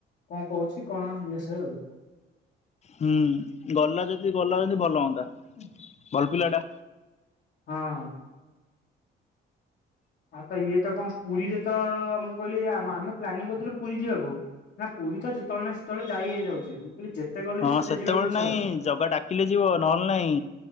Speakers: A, on the left; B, on the left.
A: କଣ କହୁଛି କଣ ଇଏ ସିଏ ଆଉ।
B: ହୁଁ ଗଲା ଯଦି ଗଲା ଯଦି ଭଲ ହୁଅନ୍ତା।
A: <unintelligible>
B: ଭଲପିଲାଟା।
A: ହଁ ଆଉ ତ ଇଏ ତ କଣ ପୁରୀରେ ତ ମୁଁ କହିଲି ଆମେ ପ୍ଲାନିଂ କରୁଥିଲୁ ପୁରୀ ଯିବାକୁ। ନା ପୁରୀ ତ ଯେତେବେଳେ ନା ସେତେବେଳେ ଯାଇ ହେଇଯାଉଛି। କହିଲି ଯେତେ ଗଲେ
B: ହଁ
A: ବି ସେତେ
B: ସେତେବେଳେ
A: ଯିବାକୁ ଇଚ୍ଛା
B: ନାଇଁ
A: ହଉଛି।
B: ଜଗ ଡାକିଲେ ଯିବ ନହେଲେ ନହିଁ।